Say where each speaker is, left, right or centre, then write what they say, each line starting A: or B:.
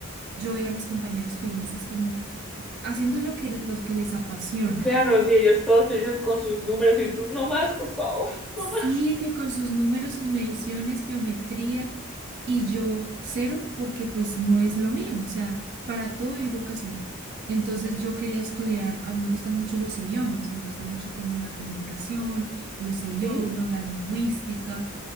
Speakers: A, on the right; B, in the centre.
A: Yo veía a mis compañeros felices como haciendo lo que, lo que les apasiona.
B: Claro, sí, ellos todos felices con sus números y sus, no más, por favor,
A: Sí,
B: no más.
A: que con sus números, sus mediciones, geometría, y yo cero, porque pues no es lo mío, o sea, para todo hay vocación. Entonces yo quería estudiar, a mí me gustan mucho los idiomas, me gusta mucho como la comunicación, los idiomas,
B: ¿Sí?
A: la lingüística,